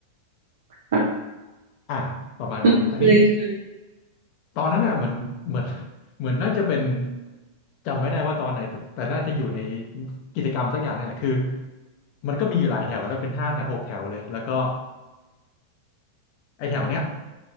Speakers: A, on the right; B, on the left.
A: ค่ะ
B: อ่ะประมาณนั้นคราวนี้
A: เคยเคยเคย
B: ตอนนั้นน่ะเหมือนเหมือนเหมือนน่าจะเป็นจำไม่ได้ว่าตอนไหนแต่แต่น่าจะอยู่ในกิจกรรมสักอย่างเนี่ยแหละคือมันก็มีอยู่หลายแถวแล้วเป็นห้าแถวหกแถวเลยแล้วก็ไอ้แถวเนี้ย